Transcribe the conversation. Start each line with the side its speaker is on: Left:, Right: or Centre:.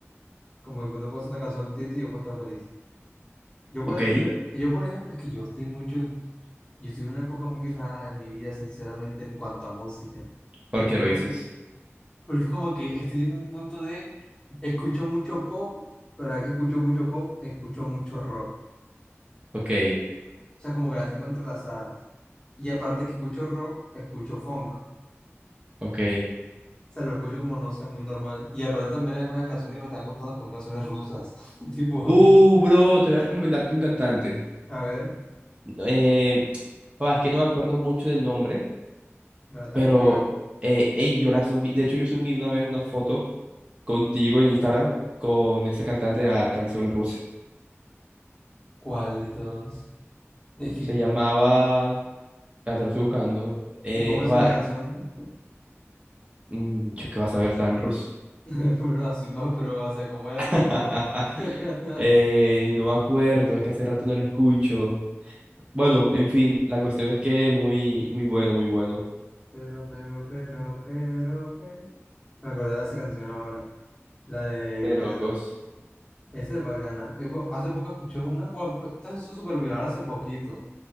Left: Como de pronto puedo una canción triste y yo puedo estar feliz. Yo, por
Right: Ok,
Left: ejemplo, yo, por ejemplo, es que yo estoy mucho, yo estoy en una época muy rara de mi vida, sinceramente, en cuanto a música.
Right: ¿por
Left: Pues
Right: qué lo
Left: como,
Right: dices?
Left: porque es como que estoy en un punto de, escucho mucho pop, pero ahora que escucho mucho pop, escucho mucho rock. O
Right: Ok,
Left: sea, como que las tengo entrelazadas. Y aparte que escucho rock, escucho funk. O
Right: ok.
Left: sea, lo escucho como, no sé, muy normal. Y aparte también hay algunas canciones que me están gustando, que son canciones rusas. <laughs> Tipo,
Right: Uh, bro, te voy a recomendarte un cantante.
Left: a ver,
Right: Eh, <tsk> ah, es que no me acuerdo mucho del nombre,
Left: no, está
Right: Pero,
Left: complicado.
Right: eh, ey, yo la subí. De hecho, yo subí una vez una foto contigo en Instagram con ese cantante de la canción rusa.
Left: ¿Cuál de todos? Es
Right: Se
Left: que,
Right: llamaba. La te lo estoy buscando. Eh,
Left: ¿y cómo es
Right: va-
Left: la canción?
Right: mm, yo qué vas a ver, estaba en ruso.
Left: <laughs> Pero así más, pero, o sea, como era
Right: <laughs>
Left: el ritmo. <laughs>
Right: Eh, no me acuerdo, es que hace rato no lo escucho. Bueno, en fin, la cuestión es que muy, muy bueno, muy bueno.
Left: Pero, pero, pero, pero, pero. Me acordé de esa canción ahora, la de
Right: De
Left: Pedro.
Right: locos.
Left: Esa es bacana. Y po- Hace poco escuché una, bueno, pues, esta se hizo súper viral hace poquito,